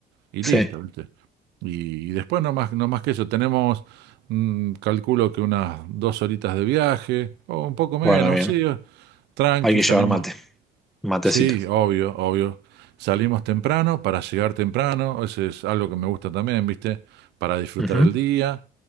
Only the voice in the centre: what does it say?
Sí.
Bueno, bien.
Hay que
llevar mate. Matecito.
Ujú.